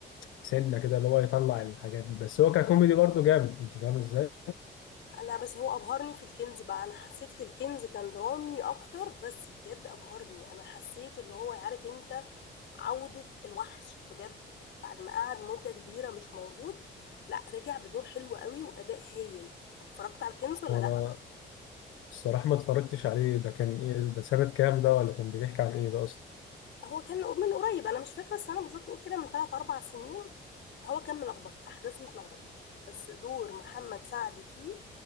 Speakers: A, on the left (about 85°); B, on the left (about 65°).
A: سنه كده اللي هو يطلع الحاجات دي. بس هو ككوميدي برضو جامد انت فاهم ازاي
B: لا بس هو ابهرني في الكنز بقى انا حسيت في الكنز كان درامي اكتر بس بجد ابهرني انا حسيت اللي هو عارف انت عودة الوحش بجد بعد ما قعد مدة كبيرة مش موجود لا رجع بدور حلو قوي واداء هايل اتفرجت على الكنز ولا
A: هو
B: لا
A: انا الصراحه ما اتفرجتش عليه ده كان ايه ده سنه كام ده ولا كان بيحكي عن ايه ده اصلا
B: هو كان من قريب انا مش فاكرة السنة بالظبط قول كده من 3 4 سنين هو كان ملخبط احداث متلخبطة بس دور محمد سعد فيه